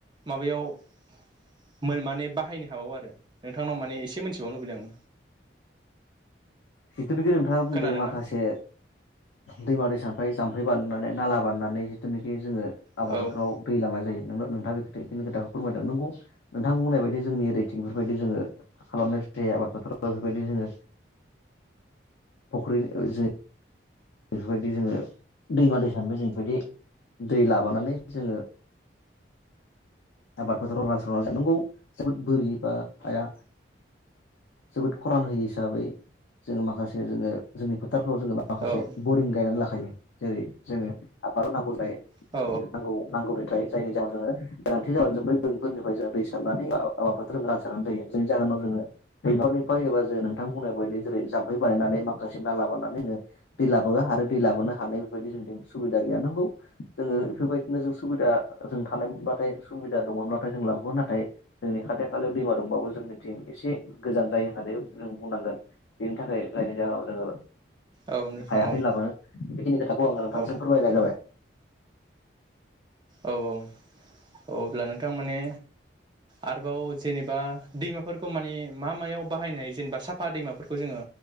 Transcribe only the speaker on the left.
जिथुनिखि नोंथाङा बुंदों
माखासे
दैमा दैसानिफ्राय जामफ जामफै बारनानै नाला बारनानै जिथुनिखि जोङो आबाद
फोथाराव दै लांनाय जायो नों नोंथाङा बेखौ नि खोथाखौ फोरमायदों नंगौ नोंथां बुंनाय बायदि जोंनि रेटिंफोरबायायदि जोङो खालामनाय ज आबाद फोथाराव बेफोरबायदि जोङो फख्रिनि जे बेफोरबायदि जोङो दैमा दै सानिबो जों बेफोरबायदि दै लाबोनानानै जोङो आबादफोथारफोरा रानस्राव नंगौ जोबोद बोरि बा हाया जोबोद खरान होयो हिसाबै जोङो माखासे जोङो जोंनि फीथारफ्राव जोङो माखासे
बरिं गायनानै लाखायो जेरै जोङो आबादाव नांगौ जाय
नांगौ नांगौ मेथाय जायनि जउाव जोङो गोनांथि जाब्ला जों बै बेोंफोरनिफ्राय जो दै सारनानै आाबाफोर जों रानसारनानै जायो जायनि जाहोनाव जों बेफोरनिफ्राय एबा जों नोंथांमोननाय बायदि जेरै जाम्फै बानायनानै माखासे नाला बानायनानै जींङो दै लाबोआ आरो दै लाबोनो हानाय बेफोरबायदि जों सुबिदा गैया नांगौ जोङो बेफोरबायदिनो जों सुबिदा जों थानाय मोनबाथाय सुबिदा दङब्लााथाय जों लाबोगोन नाथाय जोंनि खाथि खालायाव दैमा दंबाबो जोंनिथिं एसे गोजान जायो होननानै जों बुंनांगोन बेनि थाखाय जायनि जाहोनाव जोङो
हायाखै
लाबोनो बेखिनि खोथाखौ आं नोंथांसिम
फोरमायनाय जाबाय